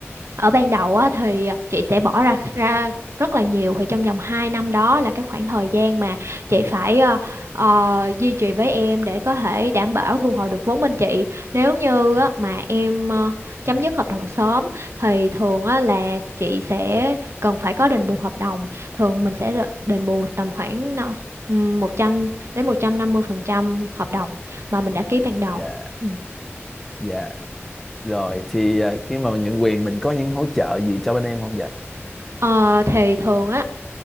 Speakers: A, on the right; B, in the centre.
A: ở ban đầu á, thì à, chị sẽ bỏ ra ra rất là nhiều thì trong vòng 2 năm đó là cái khoảng thời gian mà chị phải ờ, ờ, duy trì với em để có thể đảm bảo thu hồi được vốn bên chị nếu như á, mà em ờ, chấm dứt hợp đồng sớm thì thường á, là chị sẽ cần phải có đền bù hợp đồng thường mình sẽ đ- đền bù tầm khoảng ờ, ừm, 100 đến 150 phần trăm hợp đồng mà mình đã ký ban đầu
B: Dạ.
A: Ừ.
B: Dạ. Rồi thì à, khi mà mình nhận quyền mình có những hỗ trợ gì cho bên em không dạ?
A: Ờ, thì thường á